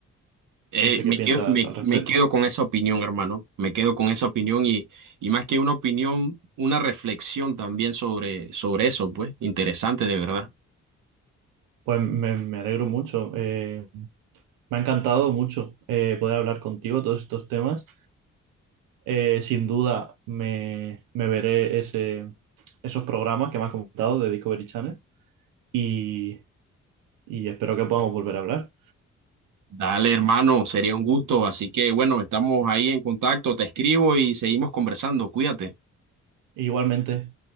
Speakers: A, on the right; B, on the right.
A: Eh,
B: No sé qué
A: me
B: piensas
A: quedo, me,
B: al respecto.
A: me quedo con esa opinión, hermano, me quedo con esa opinión y, y más que una opinión, una reflexión también sobre, sobre eso, pues, interesante de verdad.
B: Pues me, me alegro mucho. Eh, me ha encantado mucho eh, poder hablar contigo todos estos temas. Eh, sin duda me, me veré ese, esos programas que me has comentado de Discovery Channel y, y espero que podamos volver a hablar.
A: Dale, hermano, sería un gusto, así que bueno, estamos ahí en contacto, te escribo y seguimos conversando, cuídate.
B: Igualmente.